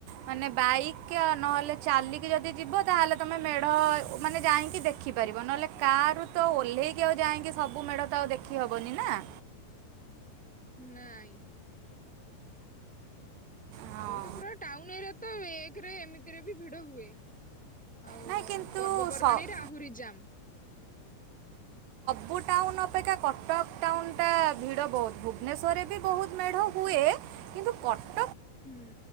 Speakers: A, on the right; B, in the centre.
A: ମାନେ ବାଇକ୍ ନହେଲେ ଚାଲିକି ଯଦି ଯିବ ତାହେଲେ ତୁମେ ମେଢ଼ ମାନେ ଯାଇକି ଦେଖିପାରିବ। ନହେଲେ କାର ରୁ ତ ଓହ୍ଲେଇକି ଆଉ ଯାଇକି ସବୁ ମେଢ ତ ଆଉ ଦେଖି ହବନି ନା।
B: ନାଇଁ। ସେତବେଳେ
A: ହଁ
B: ତ ପୁରା ଟାଉନ ଏରିଆ ତ ଏକରେ ଏମିତିରେ ବି ଭିଡ ହୁଏ। ଆଉ
A: ନାଇଁ କିନ୍ତୁ
B: ପର୍ବପର୍ବାଣୀରେ
A: ସ-
B: ଆହୁରି ଯାମ୍।
A: ପୁ ଟାଉନ ଅପେକ୍ଷା କଟକ ଟାଉନଟା ଭିଡ଼ ବହୁତ ଭୁବନେଶ୍ୱରରେ ବି ବହୁତ ମେଢ଼ ହୁଏ କିନ୍ତୁ କଟ
B: ହୁଁ।